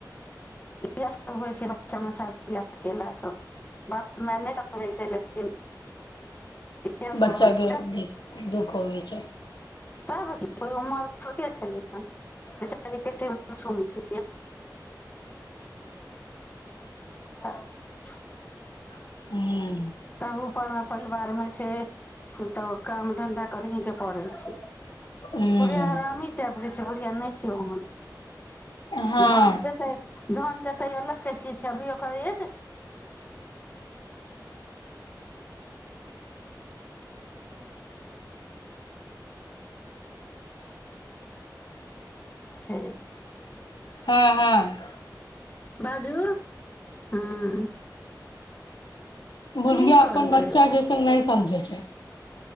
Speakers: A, on the left; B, on the left.
A: इयह सभ होइ छै बच्चामे शादी बियाह कयलासं बाप माय नहि समझै छै लेकिन इएह सब
B: बच्चाकें
A: होइ छै
B: दुख <unintelligible>
A: तब की कोइ उमर थोड़े छलय हन बेचारी कत्ते मसूम छै <unintelligible>
B: हूं
A: ओहोपरमेपरिवारमे छै तऽ काम धन्धा करहिं के पड़ै छै
B: हूं
A: बुढ़िया हरामी टाइपके छै बुढ़िया नहि छै ओहन
B: हँ
A: धन देतै धन देतय अलग के चीज छै अभी ओकर एज छै छै
B: हँ हँ
A: बाजू हँ
B: बुढ़िया
A: की करतै
B: अपन बच्चा जइसन नहि समझै छै